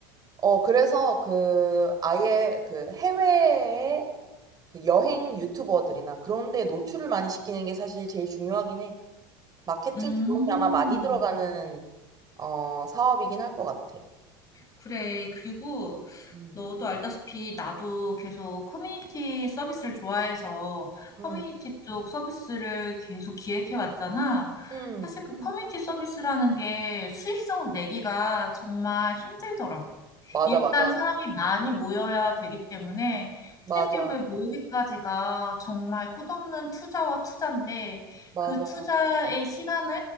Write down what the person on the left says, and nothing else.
음,
그래. 그리고
너도 알다시피 나도 계속 커뮤니티 서비스를 좋아해서 커뮤니티
쪽 서비스를 계속 기획해 왔잖아.
사실 그 음. 커뮤니티 서비스라는 게 수익성을 내기가 정말 힘들더라고.
일단
사람이 많이 모여야 되기 때문에
트래픽을 모으기까지가 정말 끝없는 투자와 투자인데
그 투자의 시간을